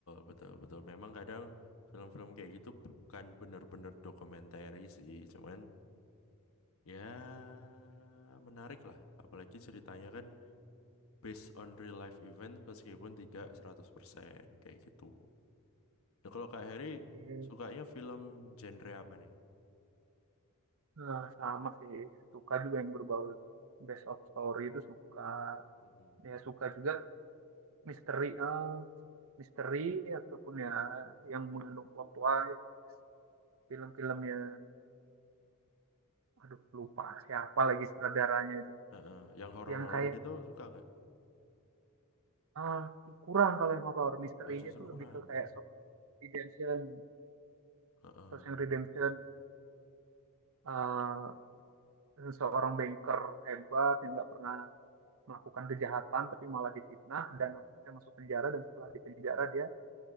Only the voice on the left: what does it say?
betul, betul. Memang kadang film-film kayak gitu bukan benar-benar dokumenter sih, cuman ya menarik lah. Apalagi ceritanya kan based on real life event meskipun tidak 100% kayak gitu. Nah, kalau Kak Heri
sukanya film genre apa nih?
Mm-mm.
Heeh. Yang horor-horor
gitu suka nggak?
Oh, justru
kurang.
Heeh.